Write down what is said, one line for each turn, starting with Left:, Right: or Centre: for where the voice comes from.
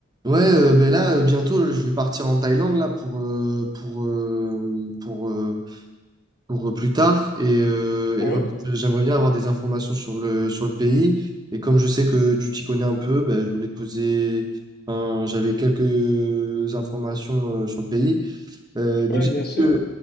Right: Ouais, euh, ben là, euh, bientôt, euh, je vais partir en Thaïlande là pour euh, pour euh, pour euh, pour euh, plus tard et, euh, et
Left: Ouais,
Right: voilà, j'aimerais bien avoir des informations sur le sur le pays et comme je sais que tu t'y connais un peu, ben, je voulais te poser, un- j'avais quelques informations euh, sur le pays. Euh, déjà,
Left: ouais,
Right: est-ce
Left: bien sûr.
Right: que,